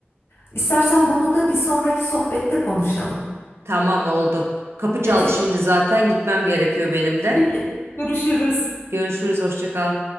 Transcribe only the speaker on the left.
İstersen bunu da bir sonraki sohbette konuşalım.
Peki,
peki. Görüşürüz.